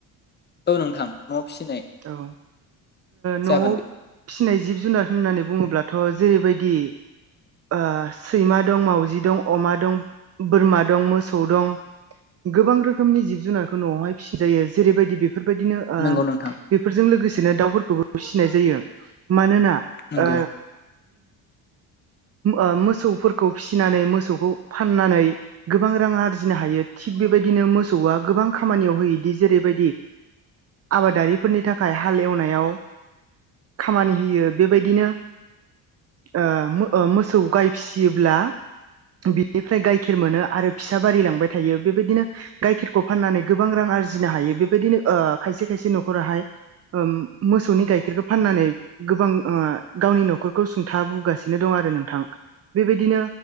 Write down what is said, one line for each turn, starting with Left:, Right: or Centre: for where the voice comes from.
Left: औ नोंथां न'आव फिसिनाय।
Right: औ ओ न'आव
Left: जागोन
Right: फिनाय जिब-जुनार होननानै बुङोब्लाथ' जेरैबायदि ओ सैमा दं, मावाउजि दं, अमा दं बोरमा, दं मोसौ दं। गोबां रोखोमनि जिब-जुनारखौ न'आवहाय फिजायो जेरैबायदि बेफोरबायदिनो ओ
Left: नंगौ नोंथां
Right: बेफोरजों लोगोसेनो दाउफोरखौबो फिनाय जायो मानोना
Left: नंगौ
Right: ओ ओ मोसौफोरखौ फिनानै मोसौखौ फाननानै गोबां रां आरजिनो हायो थिग बेबायदिनो मोसौआ गोबां खामानियाव होयोदि जेरैबायदि आबादारि -फोरनि थाखाय हाल एवनायाव खामानि होयो बेबायदिनो ओ मो-ओ मोसौ गाय फियोब्ला बिनिफ्राय गाइखेर मोनो आरो फिसा बारि लांबाय थायो बेबादिनो गाइखेरखौ फाननानै गोबां रां आरजिनो हायो बेबादिनो ओ खायसे खायसे न'खराहाय ओम मोसौनि गाइखेरखौ फाननानै गोबां ओ गावनि न'खरखौ सुंथाबोगासिनो दं आरो नोंथां। बेबायदिनो